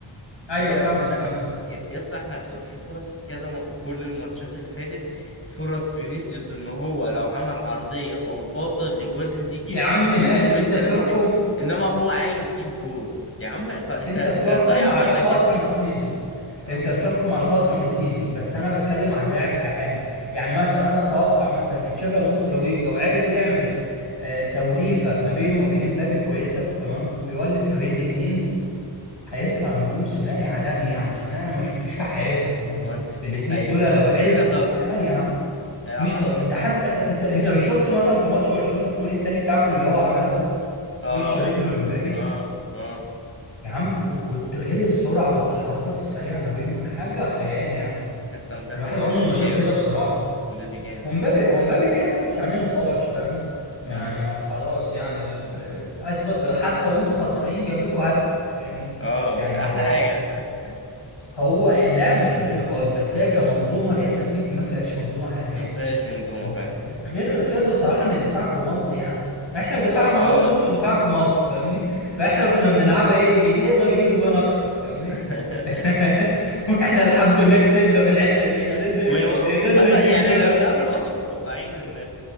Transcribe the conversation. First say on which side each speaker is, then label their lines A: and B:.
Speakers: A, on the left; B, on the left.
A: ايوه
B: ما ي...
A: كمل
B: لا
A: كمل
B: ي- يس احنا في فرص كذا م... كل الماتشات اللي فاتت فرص فينيسيوس ان هو لو عمل عرضية او باصة لجوان هتيجي
A: يا عم ماشي
B: بنسبة
A: انت
B: 80
A: بتحكم
B: في... انما هو عايز يجيب جول يا عم خ... انت
A: انت
B: انت
A: بتحكم
B: ضايعة
A: على
B: منك
A: فترة
B: يا فينيسيوس
A: من السيزون
B: ها
A: انت بتحكم على فترة من السيزون بس انا بتكلم على اللاعب كعام يعني مثلا انا اتوقع مثلا ان تشافي الونسو لو يجي وعرف يعمل آه، توليفة ما بينه وما بين مبابي كويسة تمام ويولف ما بين الاتنين هيطلع منهم ثنائي عالمي يعني ثنائي
B: آه.
A: انا ما شفتوش في حياتي تمام
B: وانت
A: الاتنين
B: اي
A: دول لو عرفوا
B: تيكا تاك
A: لا يا عم
B: العب
A: مش
B: على
A: طر...
B: التيكا
A: انت
B: تاك
A: حتى انت انت مش شفت مثلا في ماتش برشلونة الجون التاني بتاعكم اللي هو عملها
B: اه
A: بوش رجله لمبابي
B: اه اه
A: يا عم و- وغير السرعة والتحركات السريعة ما بينهم حاجة خيال يعني
B: يس مبابي
A: الواحد عمره ما شاف
B: جامد
A: كده بصراحة
B: مبابي جامد
A: ومبابي ومبابي كده كده مش عليه نقاش فاهم يعني
B: اه
A: هو خلاص يعني ال... ال- أثبت جا- حتى وأنتوا خسرانين جاب لكم هاتريك فاهمني
B: اه
A: يعني هو
B: احلى حاجة <laughs>
A: هو اللاعب مش عليه نقاش بس هي كمنظومة ريال مدريد ما فيهاش منظومة حاليا
B: ما فيهاش منظومة
A: فاهم؟
B: فعلا
A: غير غير بصراحة إن دفاعكم ملط يعني احنا دفاعنا
B: اه اه
A: ملط وانتوا دفاعكم ملط فاهمني فاحنا كنا بنلعبها ايه اللي يجي يقدر يجيب اجوان اكتر فاهمني
B: <laughs>
A: <laughs> واحنا الحمد لله كسبنا في الحته دي قدرنا
B: وهي-
A: قدرنا
B: اصلا
A: نجيب
B: يعني
A: الجون
B: احنا
A: اكتر
B: من قبل الماتش متوقعين ان